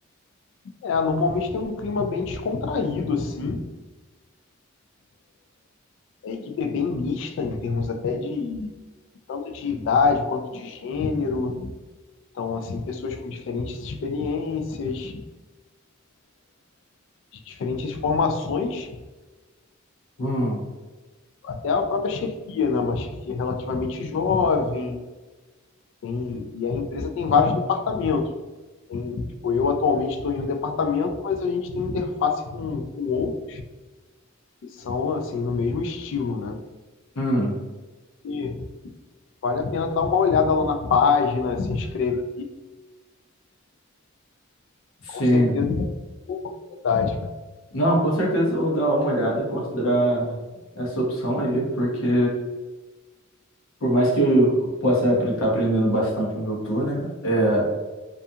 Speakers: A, on the left (about 65°); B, on the left (about 80°).
A: É, normalmente tem um clima bem descontraído, assim. A equipe é bem mista em termos até de tanto de idade quanto de gênero. Então, assim, pessoas com diferentes experiências, de diferentes formações,
B: Hum,
A: até a própria chefia, né? Uma chefia relativamente jovem, tem, e a empresa tem vários departamentos. Tem, tipo, eu atualmente estou em um departamento, mas a gente tem interface com, com outros que são assim no mesmo estilo, né?
B: hum,
A: E vale a pena dar uma olhada lá na página, se inscrever,
B: sim.
A: com certeza é uma oportunidade, cara,
B: Não, com certeza eu vou dar uma olhada e considerar essa opção aí, porque por mais que eu possa estar aprendendo bastante onde eu tô, né? É,